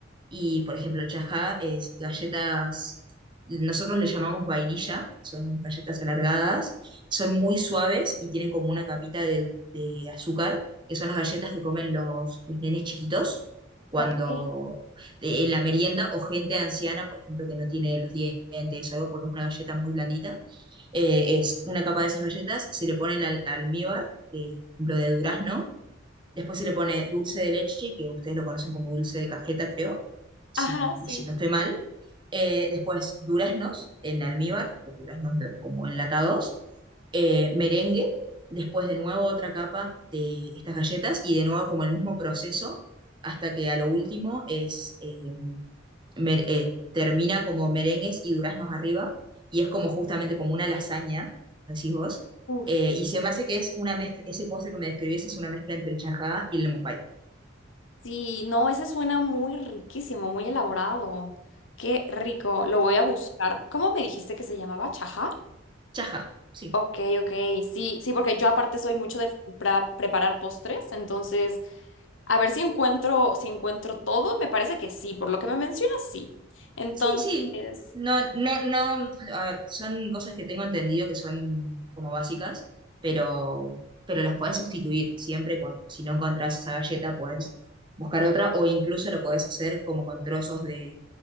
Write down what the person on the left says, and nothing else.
Ok.
Ajá, sí.
Uf.
Sí, no, ese suena muy riquísimo, muy elaborado. Qué rico. Lo voy a buscar. ¿Cómo me dijiste que se llamaba? ¿Chaja?
Ok, ok, sí, sí, porque yo aparte soy mucho de f- pra- preparar postres, entonces a ver si encuentro, si encuentro todo, me parece que sí, por lo que me mencionas, sí. Entonces,